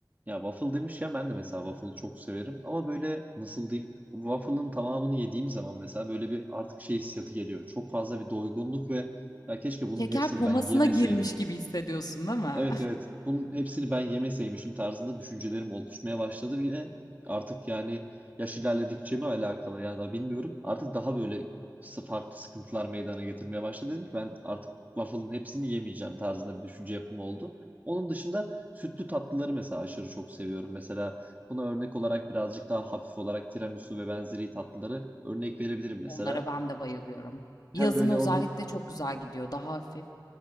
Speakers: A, on the right; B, on the left.
A: ya waffle demiş ya ben de mesela waffle çok severim ama böyle nasıl diyeyim waffle'ın tamamını yediğim zaman mesela böyle bir artık şey hissiyatı geliyor. Çok fazla bir doygunluk ve ya keşke bunun
B: Şeker
A: hepsini
B: komasına
A: ben yemeseydim
B: girmiş gibi hissediyorsun, değil mi?
A: Evet evet. Bunun hepsini ben yemeseymişim tarzında düşüncelerim oluşmaya başladı ve artık yani yaş ilerledikçe mi alakalı yani daha bilmiyorum. Artık daha böyle s- farklı sıkıntılar meydana getirmeye başladı. Dedim ki ben artık waffle'ın hepsini yemeyeceğim tarzında bir düşünce yapımı oldu. Onun dışında sütlü tatlıları mesela aşırı çok seviyorum. Mesela buna örnek olarak birazcık daha hafif olarak tiramisu ve benzeri tatlıları örnek verebilirim
B: <laughs>
A: mesela.
B: Onlara ben de bayılıyorum.
A: Hem
B: Yazın
A: böyle
B: özellikle
A: onun
B: çok güzel gidiyor, daha hafif